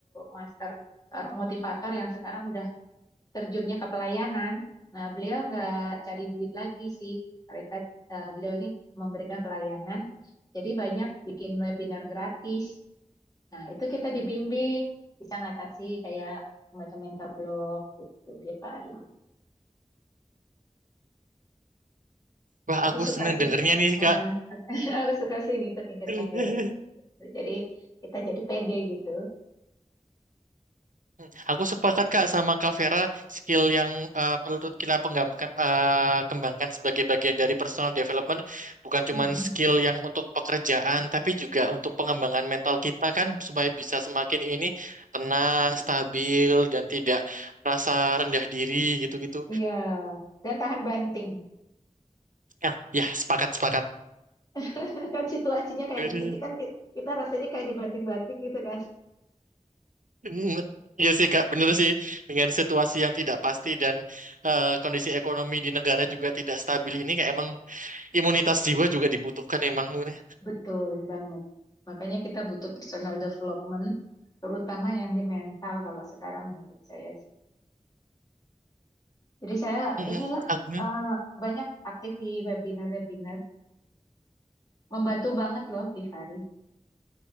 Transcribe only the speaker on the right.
Wah,
aku
seneng
dengernya nih
Kak.
<laughs>
Hmm, Aku sepakat Kak sama Kak Vera, skill yang eh, perlu kita penggam- eh, kembangkan sebagai bagian dari personal development bukan cuma
skill yang untuk pekerjaan, tapi juga untuk pengembangan mental kita kan supaya bisa semakin ini tenang, stabil, dan tidak merasa rendah diri gitu-gitu.
Ya, ya sepakat sepakat.
Mm,
mm. Iya sih Kak, bener sih dengan situasi yang tidak pasti dan eh, kondisi ekonomi di negara juga tidak stabil ini kayak emang Imunitas jiwa juga dibutuhkan emang Luna.
Mm-mm.
Aku-